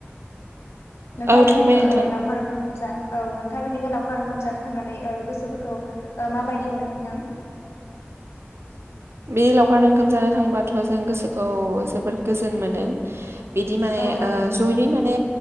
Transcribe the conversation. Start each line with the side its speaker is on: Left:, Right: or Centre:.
Left: नों थांङा
Right: औ
Left: बिदिनो
Right: थांबाय नोंथां
Left: ओ लावखार ओंखाम जान औ नों थांङा बिदिनो लावखार ओंखाम जानो थांनानै ओ गोसोफोरखौ ओ मााबायदि मोनो नोंथां??
Right: बे लावखार ओंखाम जानो थांबाथ' जों गोसोखौ जोबोद गोजोन मोनो। बिदि माने
Left: औ औ
Right: ओ जयै माने